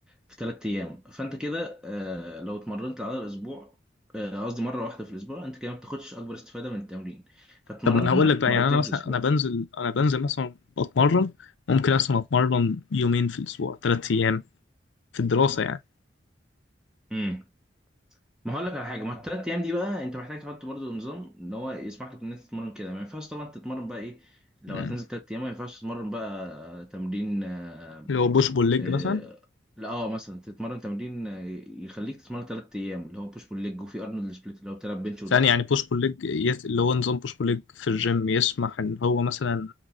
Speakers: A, in the centre; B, on the left.
A: في ثلاث أيام فأنت كده آه، لو اتمرنت العضلة أسبوع آه، قصدي مرة واحدة في الأسبوع أنت كده ما بتاخدش أكبر استفادة من التمرين فتمرنها
B: طب ما انا هقول لك بقى
A: مرتين
B: يعني انا مثلا
A: في الأسبوع.
B: انا بنزل انا بنزل مثلا بتمرن ممكن اصلا اتمرن يومين في الاسبوع ثلاث ايام في الدراسه يعني
A: مم. ما هقول لك على حاجه ما الثلاث ايام دي بقى انت محتاج تحط برضو نظام ان هو يسمح لك ان انت تتمرن كده ما ينفعش طبعا تتمرن بقى ايه لو
B: مم.
A: هتنزل ثلاث ايام ما ينفعش تتمرن بقى تمرين آه،
B: اللي هو بوش بول ليج
A: آه،
B: مثلا
A: لا اه مثلا تتمرن تمرين آه، يخليك تتمرن ثلاث ايام اللي هو بوش بول ليج وفي ارنولد سبليت اللي هو بتلعب بنش وظهر
B: ثاني يعني بوش بول ليج يس- اللي هو نظام بوش بول ليج في الجيم يسمح ان هو مثلا